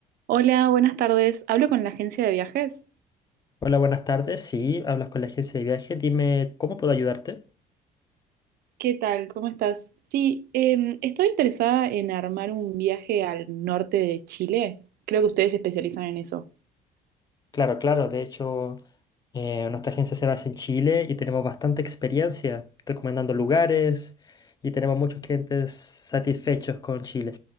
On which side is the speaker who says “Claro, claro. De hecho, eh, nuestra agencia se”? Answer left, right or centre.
Left